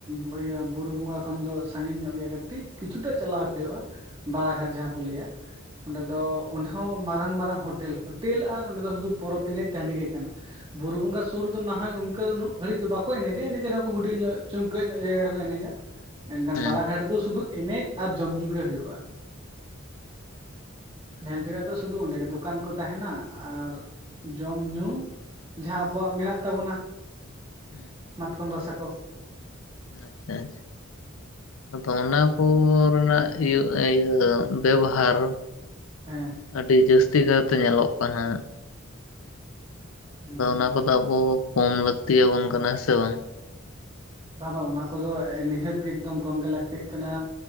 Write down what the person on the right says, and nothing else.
ᱵᱚᱭᱦᱟ ᱵᱩᱨᱩ ᱵᱚᱸᱜᱟ ᱠᱷᱚᱱ ᱫᱚ ᱥᱟᱹᱜᱤᱧ ᱧᱚᱜ ᱜᱮᱭᱟ ᱠᱟᱹᱴᱤᱡ ᱠᱤᱪᱷᱩᱴᱟᱜ ᱪᱟᱞᱟᱣ ᱦᱳᱭᱳᱜᱼᱟ᱾ ᱵᱟᱲᱟ ᱜᱷᱟᱴ ᱡᱟᱦᱟᱸ ᱠᱚ ᱞᱟᱹᱭᱟ᱾ ᱚᱸᱰᱮ
ᱫᱚ ᱚᱸᱰᱮ ᱦᱚᱸ ᱢᱟᱨᱟᱝ ᱢᱟᱨᱟᱝ ᱦᱳᱴᱮᱞ ᱦᱳᱴᱮᱞ ᱟᱨ ᱚᱸᱰᱮ ᱫᱚ ᱥᱩᱫᱩ ᱯᱚᱨᱚᱵᱽ ᱮᱱᱮᱡ ᱴᱟᱺᱰᱤ ᱜᱮ ᱠᱟᱱᱟ᱾ ᱵᱩᱨᱩ ᱵᱚᱸᱜᱟ ᱥᱩᱨ ᱨᱮᱫᱚ ᱱᱟᱦᱟᱜ ᱚᱱᱠᱟ ᱫᱚ ᱵᱩᱨᱩ ᱵᱚᱸᱜᱟ ᱥᱩᱨ ᱫᱚ ᱱᱟ ᱦᱚᱭ ᱚᱱᱠᱟ ᱩᱱᱟᱹᱜ ᱜᱷᱟᱹᱲᱤᱡ ᱫᱚ ᱵᱟᱠᱚ ᱮᱱᱮᱡᱟ ᱮᱱᱮᱡ ᱨᱮᱦᱚᱸ ᱦᱩᱰᱤᱧ ᱧᱚᱜ ᱪᱩᱢᱠᱟᱹᱜ ᱧᱚᱜ ᱡᱟᱭᱜᱟ ᱨᱮᱠᱚ ᱮᱱᱮᱡᱟ᱾ ᱢᱮᱱᱠᱷᱟᱱ
ᱵᱟᱲᱟ ᱜᱷᱟᱴ ᱨᱮᱫᱚ ᱥᱩᱫᱩ ᱮᱱᱮᱡ ᱟᱨ ᱡᱚᱢᱼ ᱧᱩ ᱜᱮ ᱦᱩᱭᱩᱜ-ᱟ᱾
ᱧᱮᱞ ᱛᱮᱱᱟᱜ
ᱫᱚ ᱥᱩᱫᱷᱩ ᱚᱸᱰᱮᱜᱮ ᱫᱚᱠᱟᱱ ᱠᱚ ᱛᱟᱦᱮᱱᱟ ᱟᱨ ᱡᱚᱢ ᱧᱩᱼᱼ ᱡᱟᱦᱟᱸ ᱟᱵᱚᱣᱟᱜ ᱢᱮᱱᱟᱜ ᱛᱟᱵᱚᱱᱟ
ᱢᱟᱛᱠᱚᱢ ᱨᱟᱥᱟ ᱠᱚ᱾
ᱦᱮᱸ
ᱦᱮᱸ
ᱦᱮᱸ
ᱵᱟᱝ ᱵᱟᱝ ᱚᱱᱟ ᱠᱚᱫᱚ ᱮ ᱱᱤᱦᱟᱹᱛ ᱜᱮ ᱮᱠᱫᱚᱢ ᱠᱚᱢ ᱜᱮ ᱞᱟᱹᱠᱛᱤᱜ ᱠᱟᱱᱟ᱾